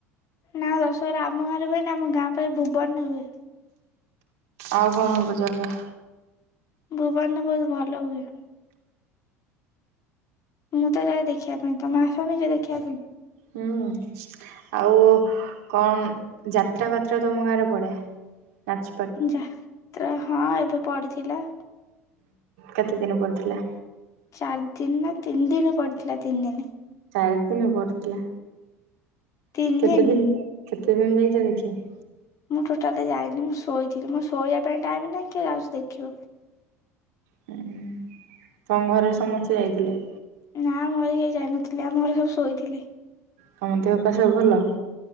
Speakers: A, on the left (about 40°); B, on the right (about 65°).
A: ନା ଦଶହରା ଆମ ଗାଁରେ ହୁଏନି ଆମ ଗାଁ ପାଖେ ଭୁବନରେ ହୁଏ।
B: ଆଉ କଣ ପଚାର୍ ଦିଅ?
A: ଭୁବନରେ ବହୁତ୍ ଭଲ ହୁଏ। ମୁଁ ତ ଯାଏ ଦେଖିବା ପାଇଁ ତମେ ଆସନି କି ଦେଖିବା ପାଇଁ?
B: ହୁଁ। ଆଉ କଣ୍ ଯାତ୍ରା ଫାତ୍ରା ତମ ଗାଁ ରେ ପଡେ ନାଚ୍
A: ଯା ତ୍ରା ହଁ ଏବେ ପଡିଥିଲା।
B: କେତେ ଦିନ ପଡ଼ିଥିଲା?
A: ଚାରି ଦିନି ନା ତିନି ଦିନି ପଡିଥିଲା ତିନ୍ ଦିନି।
B: ଚାରି ଦିନ ପଡ଼ିଥିଲା
A: ତିନି
B: କେତେ
A: ଦିନ।
B: ଦିନ୍ କେତେ ଦିନ୍ ଯାଇଚ ଦେଖିବା
A: ମୁଁ ଟୋଟାଲି ଯାଇନି ମୁଁ ଶୋଇଥିଲି ମୁଁ ଶୋଇବା ପାଇଁ ଟାଇମ୍ ନାହିଁ କିଏ ଯାଉଚି ଦେଖିବାକୁ।
B: ହୁଁ ତମ ଘର ର ସମସ୍ତେ ଯାଇଥିଲେ?
A: ନା ଆମ ଘରେ କେହି ଯାଇନଥିଲେ ଆମ ଘରେ ସବୁ ଶୋଇଥିଲେ।
B: ତମ ଦେହ ପା ସବୁ ଭଲ?